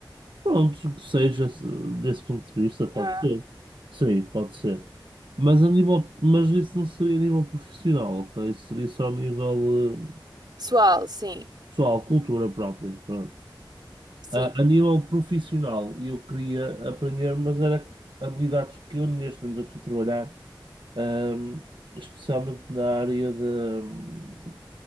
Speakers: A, on the right; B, on the right.
A: Pronto, que seja desse ponto de vista, pode
B: Ah,
A: ser. Sim, pode ser. Mas a nível, mas isso não seria a nível profissional, ok? Isso seria só a nível eh,
B: Pessoal, sim,
A: pessoal, cultura própria. Pronto.
B: sim,
A: A, a nível profissional, eu queria aprender, mas era habilidades que eu neste momento estou a trabalhar, ahm, especialmente na área de hum,